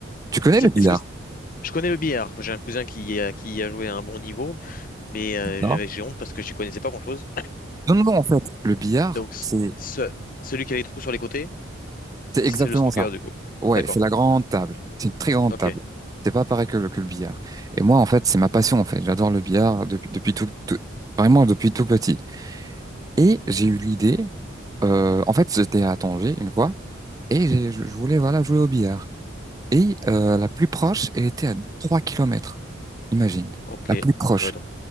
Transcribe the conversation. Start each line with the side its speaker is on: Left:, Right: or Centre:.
Right: Tu connais
Left: C'est-
Right: le billard,
Left: Est-ce que... Je connais le billard. J'ai un cousin qui, y a- qui y a joué à un bon niveau, mais euh,
Right: non?
Left: j'avais j'ai honte parce que je n'y connaissais pas grand-chose.
Right: Non, non, non, en fait, le billard,
Left: Donc, c-
Right: c'est
Left: ce, celui qui a les trous sur les côtés, c'est
Right: c'est exactement
Left: c'est le snooker,
Right: ça.
Left: du coup.
Right: Ouais,
Left: D'accord.
Right: c'est la grande table. C'est une très grande
Left: Ok.
Right: table. C'est pas pareil que le, que le billard. Et moi, en fait, c'est ma passion, en fait. J'adore le billard depuis, depuis tout, tout- vraiment depuis tout petit. Et j'ai eu l'idée, euh, en fait, j'étais à Tanger une fois, et j'ai- je je voulais, voilà, jouer au billard. Et euh, la plus proche, elle était à 3 kilomètres. Imagine,
Left: Ok.
Right: la plus proche.
Left: Ouais, donc.